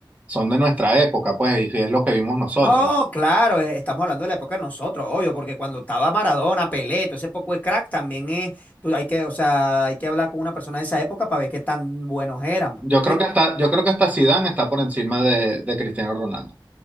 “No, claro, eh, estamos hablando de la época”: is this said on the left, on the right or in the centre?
Left